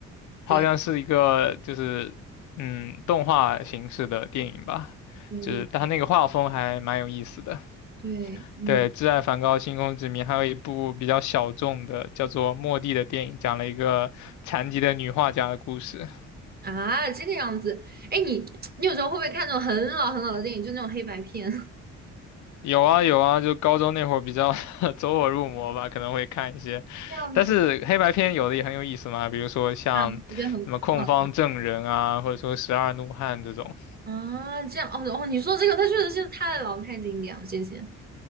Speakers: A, on the left (about 70°); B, on the right (about 30°).
A: 它好像是一个就是嗯动画形式的电影吧，
B: 对对对
A: 就是它那个画风还蛮有意思的。
B: 对，嗯
A: 对，《挚爱梵高：星空之谜》，还有一部比较小众的叫做《末地》的电影，讲了一个残疾的女画家的故事。
B: 啊，这个样子。哎，你你有时候会不会看那种很老很老的电影，就那种黑白片 <laughs>
A: 有啊有啊，就高中那会儿比较 <laughs> 走火入魔吧，可能会看一些，
B: 这样子
A: 但是黑白片有的也很有意思嘛，比如说像什么《控方证人》啊，
B: 啊？我觉得很很好看
A: 或者说《十二怒汉》这种。
B: 啊。这样哦哦，你说这个，它确实是太老太经典了。谢谢。